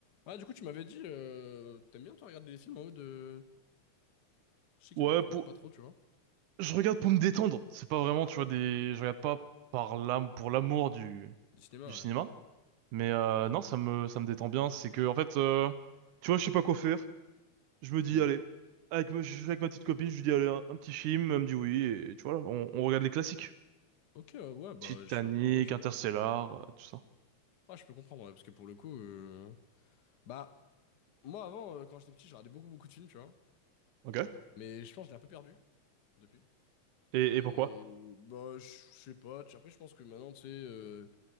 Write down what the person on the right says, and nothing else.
Ouais,
pour...
je regarde pour me détendre. C'est pas vraiment, tu vois, des... Je regarde pas par l'âme, pour l'amour du...
du cinéma.
Mais euh, non, ça me... ça me détend bien. C'est que, en fait, euh, tu vois, je sais pas quoi faire. Je me dis,
allez, avec, me... je suis avec ma petite copine, je lui dis, allez, un, un petit film. Elle me dit oui. Et tu vois, là, on, on regarde les classiques.
Titanic,
Interstellar, euh, tout ça.
Ok.
Et,
et pourquoi?